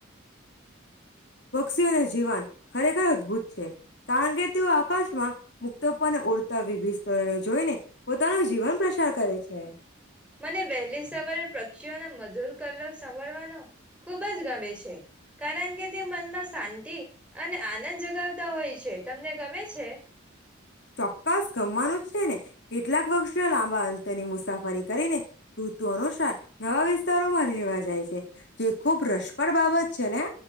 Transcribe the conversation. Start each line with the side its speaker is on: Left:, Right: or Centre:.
Left: પક્ષીઓનું જીવન ખરેખર અદભુત છે, કારણ કે તેઓ આકાશમાં મુક્તપાને ઓડતા વિવિધ સ્તરણે જોઈને પોતાનું જીવન પ્રસાર કરે છે. <unintelligible>
Centre: મને વહેલી સવારે પક્ષીઓને મધુર કલક સાભળવાનો, ખૂબ જ ગમે છે, કારણ કે તે મનમાં શાંતિ, અને આનંદ જગાવતા હોય છે તમને ગમે છે?
Left: ચોક્કસ ગમવાનું છે ને. કેટલાક વર્ષો લાંબા <unintelligible> તેની મુસાફરી કરીને, ઋતુ અનુસાર નવા વિસ્તારોમાં રહેવા જાય છે. જે ખૂબ રસપ્રદ બાબત છે ને